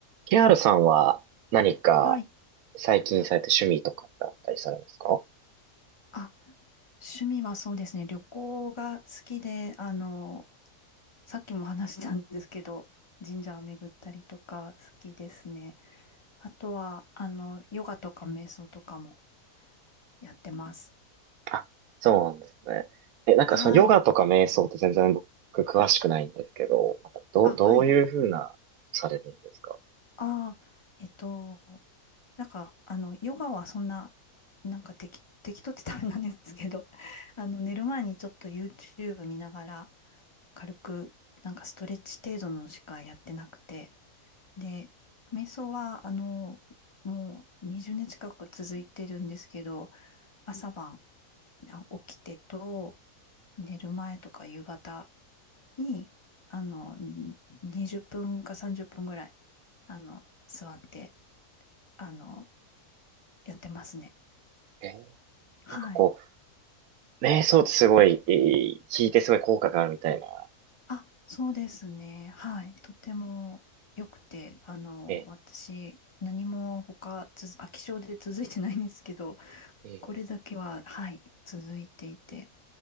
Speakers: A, on the right; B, on the left.
A: ケーアールさんは何か
B: はい。
A: 最近された趣味とかってあったりされますか
B: あ、趣味はそうですね。旅行が好きで、あの、さっきも話したんですけど、神社を巡ったりとか好きですね。あとは、あの、ヨガとか瞑想とかもやってます。
A: あ、そうなんですね。え、なんかそのヨガとか瞑想って全然僕詳しくないんですけど、
B: はい。
A: なんかど、
B: あ、はい。
A: どういうふうな、されるんですか
B: ああ、えっと、なんか、あの、ヨガはそんな、なんか適、適当ってダメなんですけど、<laughs> あの、寝る前にちょっと YouTube 見ながら、軽く、なんかストレッチ程度のしかやってなくて、で、瞑想は、あの、もう20年近く続いてるんですけど、朝晩あ起きてと、寝る前とか夕方に、あの、20分か30分ぐらい、あの、座って、あの、やってますね。
A: えー
B: はい。
A: なんかこう、瞑想ってすごい、えー聞いてすごい効果があるみたいな。
B: あ、そうですね。はい。とても良くて、あの、
A: え
B: 私、何も他つ、飽き性で続いてないんですけど、
A: ー、え
B: これだけは、はい、続いていて、